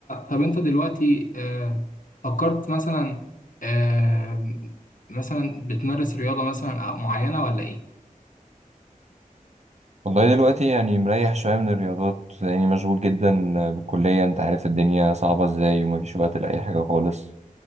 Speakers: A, on the left; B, on the right.
A: طب أنت دلوقتي آه، فكرت مثلا آه، مثلا بتمارس رياضة مثلا أو معينة ولا إيه؟
B: والله دلوقتي يعني مريح شوية من الرياضات لأني مشغول جدا بالكلية أنت عارف الدنيا صعبة إزاي ومفيش وقت لأي حاجة خالص